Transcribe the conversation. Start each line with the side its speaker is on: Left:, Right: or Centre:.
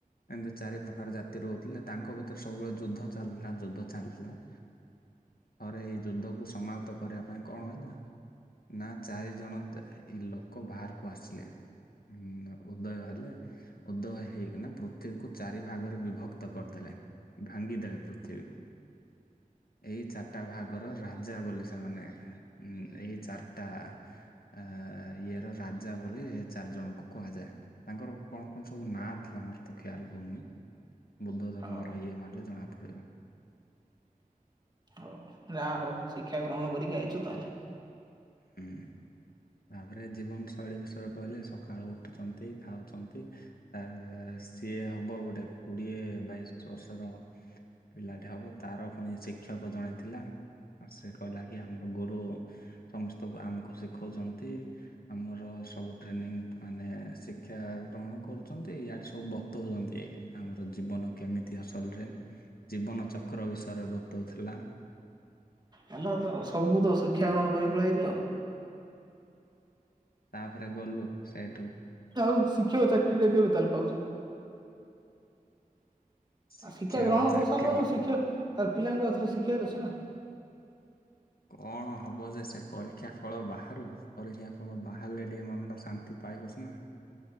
Left: ଏମିତି ଚାରି ପ୍ରକାର ଜାତି ରହୁଥିଲେ ତାଙ୍କ ଭିତରେ ସବୁବେଳେ ଯୁଦ୍ଧ ଚାଲିଥିଲା ଯୁଦ୍ଧ ଚାଲିଥିଲା। ଥରେ ଏଇ ଯୁଦ୍ଧକୁ ସମାପ୍ତ କରିବା ପାଇଁ କଣ ହେଲା ନା ଚାରିଜଣ ଦ ଲୋକ ବାହାରକୁ ଆସିଲେ। ହୁଁ ଉଦୟ ହେଲେ ଉଦୟ ହେଇକିନା ପୃ ପୃଥିବୀକୁ ଚାରି ଭାଗରେ ବିଭକ୍ତ କରିଦେଲେ ଭାଙ୍ଗିଦେଲେ ପୃଥିବୀକୁ। ଏଇ ଚାରିଟା ଭାଗର ରାଜା ବୋଲି ସେମାନେ ହୁଁ ଏଇ ଚାରିଟା ଆ ଇଏର ରାଜା ବୋଲି ଚାରିଜଣଙ୍କୁ କୁହାଯାଏ। ତାଙ୍କର କଣ କଣ ସବୁ ନାଁ ଥିଲା ମୋର ତ କ୍ଷାଲ ପଡୁନି ବୁଦ୍ଧ ଧର୍ମର
Right: ହଉ
Left: ଇଏ ମାରିଲେ ଜଣାପଡ଼ିବ।
Right: ହଉ ଯାହା ହଉ ଶିକ୍ଷା ଗ୍ରହଣ କରିକି ଆଇଛୁ ତାହେଲେ।
Left: ହୁଁ। ତାପରେ ଜୀବନଶୈଳୀ ବିଷୟରେ କହିଲେ ସକାଳୁ ଉଠୁଛନ୍ତି, ଖାଉଛନ୍ତି। ତା ସିଏ ହବ ଗୋଟେ କୁଡିଏ ବାଇଶ ବର୍ଷର ପିଲାଟେ ହବ ତାର ଫୁଣି ଶିକ୍ଷକ ଜଣେ ଥିଲା। ଆସେ କହିଲା କି ଆମର ଗୁରୁ ସମସ୍ତଙ୍କୁ ଆମକୁ ଶିଖଉଛନ୍ତି। ଆମର ସବୁ ଟ୍ରେନିଂ ମାନେ ଶିକ୍ଷା ଗ୍ରହଣ କରୁଛନ୍ତି ୟାଆଡ଼େ ସବୁ ବତଉ‌ଛନ୍ତି। ଆମର ଜୀବନ କେମିତି ଅସଲରେ ଜୀବନଚକ୍ର ବିଷୟରେ ବତଉଥିଲା।
Right: ହେଲା ତ ସବୁ ତ ଶିକ୍ଷା ଗ୍ରହଣ କରି ପଳେଇ ଆଇଚ।
Left: ତାପରେ ଗଲୁ ସେ
Right: ଆଉ ଶିକ୍ଷକ ଚାକିରି ଟା କେବେ ତାହେଲେ ପାଉଛୁ।
Left: ଶିକ୍ଷକ
Right: ଆ ଶିକ୍ଷା ଗ୍ରହଣ
Left: ଚାକିରି
Right: କରି ସାରିଲୁଣୁ ଶିକ୍ଷା ତାର ପିଲାଙ୍କୁ ଏଥରେ ଶିଖିବାର ଅଛି ନା।
Left: କଣ ହବ ଯେ ସେ ପରୀକ୍ଷା ଫଳ ବାହାରୁ ପରୀକ୍ଷା ଫଳ ବାହାରିଲେ ଟିକେ ମନଟା ଶାନ୍ତି ପାଇବ ସନା।